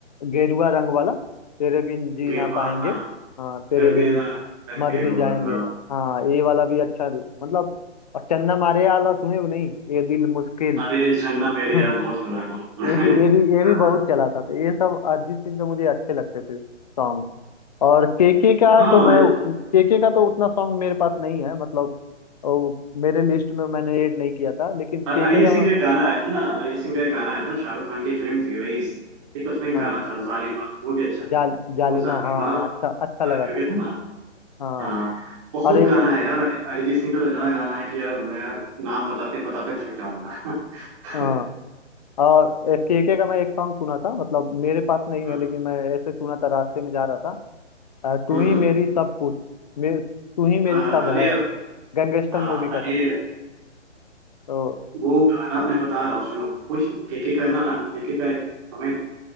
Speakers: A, on the left (about 35°); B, on the right (about 25°).
A: गेरुआ रंग वाला तेरे बिन जी
B: गिरुआ
A: ना पाएंगे
B: हाँ
A: हाँ तेरे
B: कर
A: बिन
B: देना रंग
A: मर
B: गिरुआ
A: भी जाएंगे
B: हाँ
A: हाँ ये वाला भी अच्छा मतलब और चन्ना मारे वाला सुने हो नहीं ये दिल मुश्किल
B: अरे छन्ना मेरे
A: <laughs>
B: यार बहुत सुना है बहुत
A: ये
B: सुना
A: भी
B: है <laughs>
A: ये भी ये
B: हाँ
A: भी बहुत चला था तो ये सब अरिजीत सिंह के मुझे अच्छे लगते थे सॉन्ग और केके का
B: हाँ
A: तो
B: हाँ,
A: मैं केके का तो उतना सॉन्ग मेरे पास नहीं है मतलब वो मेरे लिस्ट में मैंने ऐड नहीं किया था लेकिन केके
B: अ- अरिजीत
A: का
B: सिंह का एक गाना आया था ना अरिजीत सिंह का एक गाना आया था शाहरुख खान की फिल्म थी रईस ठीक है उसमें एक
A: हाँ
B: गाना था जालिमा वो भी अच्छा था
A: जाल जालिमा
B: वो जालिमा
A: हाँ अच्छा अच्छा
B: अ,
A: लगा
B: करके
A: था
B: था ना
A: हाँ
B: हाँ बहुत
A: अरे
B: गाना है यार अरि- अरिजीत सिंह का तो इतना गाना है कि यार मैं नाम बताते बताते थक जाऊंगा <laughs>
A: हाँ और केके का मैं एक सॉन्ग सुना था मतलब मेरे पास नहीं
B: हाँ,
A: है लेकिन मैं ऐसे सुना था रास्ते में जा रहा था अ, तू
B: हम्म,
A: ही मेरी सब कुछ मे, तू ही मेरी
B: हाँ,
A: सब
B: अरे
A: है गैंगस्टर
B: हाँ
A: मूवी का
B: अरे
A: था तो
B: वो गाना मैं बता रहा हूँ सुनो कुछ केके का ना केके का एक समय था